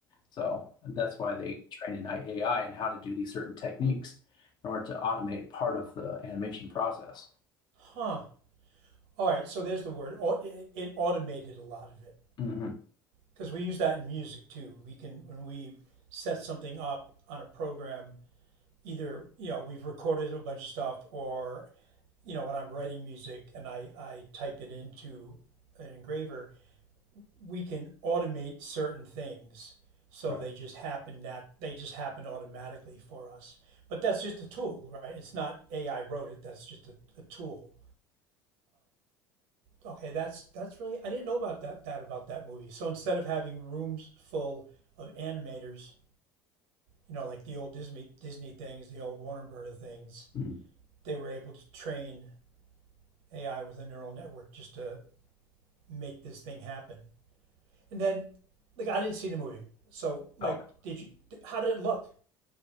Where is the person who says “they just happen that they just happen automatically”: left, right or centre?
Right